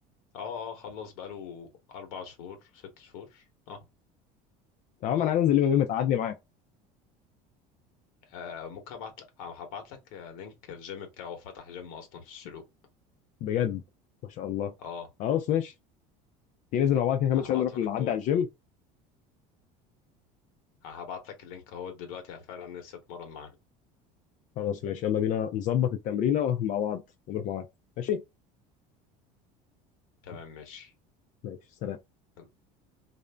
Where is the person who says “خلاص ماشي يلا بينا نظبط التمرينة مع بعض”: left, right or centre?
Left